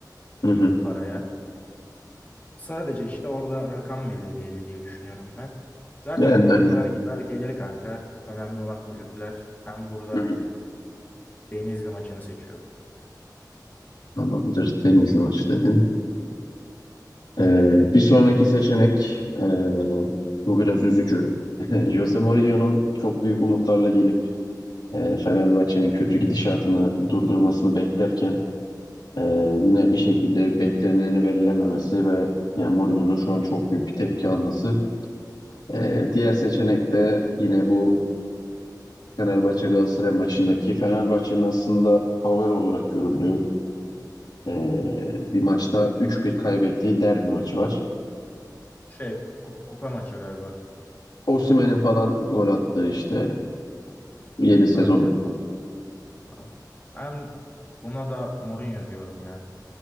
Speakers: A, on the left; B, on the left.
A: iyi
B: Hı hı.
A: bir paraya. Sadece işte orada rakam belli değildi diye düşünüyorum ben. Zaten
B: Yani
A: oyuncular
B: aynen.
A: gider gelir kanka. Önemli olan kulüpler. Ben burada
B: Hı hı.
A: Denizli maçını seçiyorum.
B: Tamamdır. Denizli maç dedin. Ee, bir sonraki seçenek, ee, bu biraz üzücü. <laughs> Jose Mourinho'nun çok büyük umutlarla gelip ee, Fenerbahçe'nin kötü gidişatını durdurmasını beklerken ee, yine bir şekilde bekleneni verilememesi ve yani Mourinho'nun şu an çok büyük bir tepki alması. Ee, diğer seçenek de yine bu Fenerbahçe Galatasaray maçındaki Fenerbahçe'nin aslında favori olarak görüldüğü ee, bir maçta üç bir kaybettiği derbi maçı var.
A: Şey kup- kupa maçı galiba.
B: Osimhen'in falan gol attığı işte Yeni sezondakiler.
A: Aynen. Tamam. Ben buna da Mourinho diyorum ya.